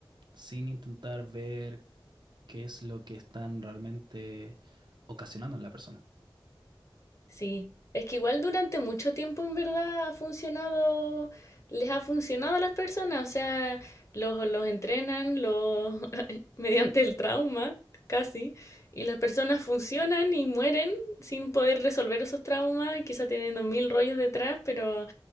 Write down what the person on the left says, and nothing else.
Sí, es que igual durante mucho tiempo en verdad ha funcionado, les ha funcionado a las personas, o sea, los, los entrenan los, <laughs> mediante el trauma, casi, y las personas funcionan y mueren sin poder resolver esos traumas, quizá teniendo mil rollos detrás, pero